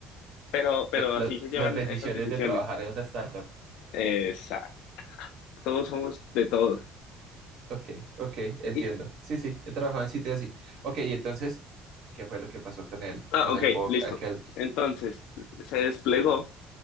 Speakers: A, on the left; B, on the right.
A: Pero, pero
B: La- la-
A: así se llevan
B: las bendiciones
A: esas decisiones.
B: de trabajar en una startup.
A: Exacto. Todos somos de todos.
B: Ok, ok, entiendo.
A: Y,
B: Sí, sí, he trabajado en sitios así. Ok, y entonces, ¿qué fue lo que pasó con el,
A: ah,
B: con
A: ok,
B: el bug
A: listo.
B: aquel?
A: Entonces se desplegó